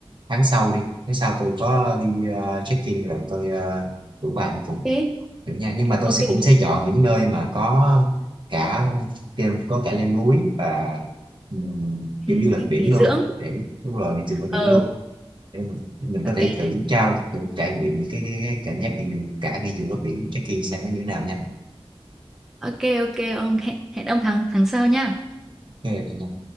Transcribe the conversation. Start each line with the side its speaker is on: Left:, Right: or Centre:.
Right: tháng sau đi tháng sau tôi có đi à, check-in rồi tôi à, rủ bà đi cùng
Centre: Thế
Right: được nha nhưng mà tôi
Centre: ok
Right: sẽ cũng sẽ chọn những nơi mà có cả leo- có cả leo núi và ừm, kiểu
Centre: ừ,
Right: du lịch biển
Centre: nghỉ
Right: luôn
Centre: dưỡng
Right: để đúng rồi mình dừng ở biển
Centre: ờ
Right: luôn để mình, để mình
Centre: ok
Right: có thể
Centre: ok
Right: thử trao thử trải nghiệm những cái, cái, cái cảm giác mình cả ngay giữa nước biển check-in xem nó như thế nào nha
Centre: ok ok ông hẹn hẹn ông tháng tháng sau nhá
Right: ok